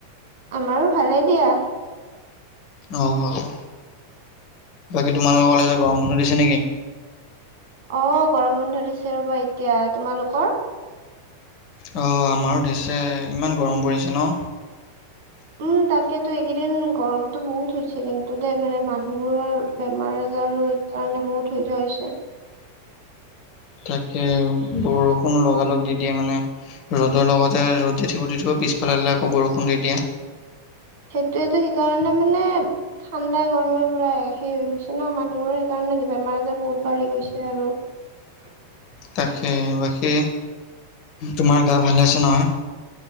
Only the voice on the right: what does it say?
আমাৰো ভালে দিয়া
অ', গৰম বন্ধ দিছে ৰ'বা এতিয়া, তোমালোকৰ
উম, তাকেতো, এইকেইদিন গৰমতটো বহুত হৈছে কিন্তু দে মানে মানুহবোৰৰ বেমাৰ আজাৰ কাৰণে বহুত হৈ যোৱা হৈছে
সেইটোয়েতো, সেইকাৰণে মানে ঠাণ্ডাই গৰমে পুৰা হেৰি হৈ গৈছে ন মানুহবোৰৰ সেইকাৰণে বেমাৰ আজাৰ বহুত বাঢ়ি গৈছে আৰু <unintelligible>